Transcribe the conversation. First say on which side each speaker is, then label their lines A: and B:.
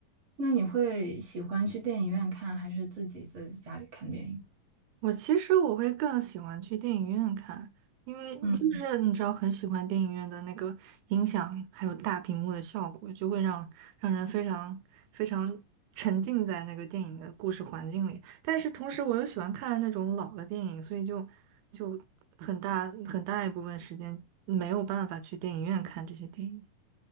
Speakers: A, on the right; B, on the right.
A: 那你会喜欢去电影院看，还是自己在家里看电影？
B: 我其实我会更喜欢去电影院看，因为就是你知道，
A: 嗯
B: 很喜欢电影院的那个音响，还有大屏幕的效果，就会让让人非常非常沉浸在那个电影的故事环境里。但是同时，我又喜欢看那种老的电影，所以就就很大很大一部分时间没有办法去电影院看这些电影。